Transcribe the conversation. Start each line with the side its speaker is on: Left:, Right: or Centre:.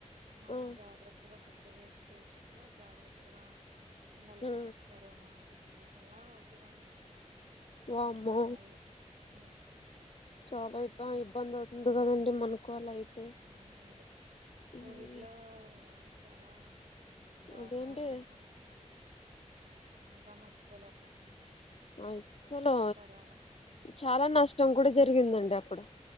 Right: మనం
Left: ఆ
Right: జాగ్రత్తగా ఫుడ్ వేస్ట్ చేయకుండా జాగ్రత్తగా ఉండాలంటేండి
Left: ఉమ్
Right: కరోనా సిచ్యువేషన్ లా అవుతుందింటే ఇప్పుడు
Left: వామ్మో
Right: మనకి మళ్ళీ హ
Left: చాలా ఇబ్బ ఇబ్బంది అవుతుంది కదండి మనకు అలా అయితే
Right: అవునండి కోవిడ్
Left: ఉమ్,
Right: లో చాలా దారుణాలు
Left: అదేంటి
Right: చూసామండి బాబు ఇంకా మర్చిపోలేకపోతున్నాం
Left: అసలు
Right: కరోనా ఉమ్,
Left: చాలా నష్టం కూడా జరిగిందండి అప్పుడు